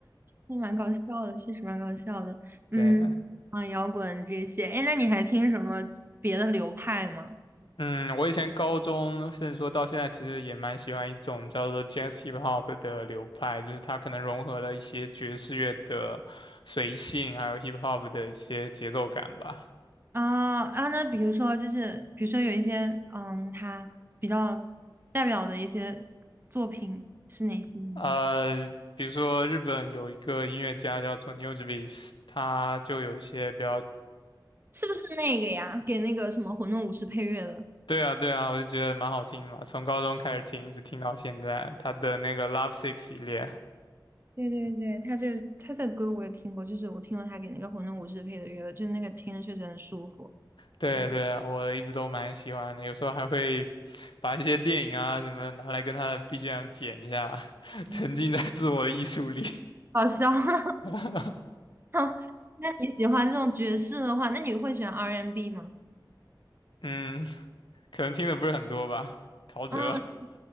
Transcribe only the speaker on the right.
是蛮搞笑的，确实蛮搞笑的，
嗯，啊，摇滚这些，哎，那你还听什么别的流派吗？
啊啊，那比如说就是，比如说有一些，嗯，他比较代表的一些作品是哪些呢？
是不是那个呀？给那个什么《混沌武士》配乐的？
对对对，他这个他的歌我也听过，就是我听了他给那个《混沌武士》配的乐，就是那个听着确实很舒服。
嗯，
嗯，
好笑，<laughs> 好
笑。那你喜欢这种爵士的话，那你会选 R&B N 吗？
啊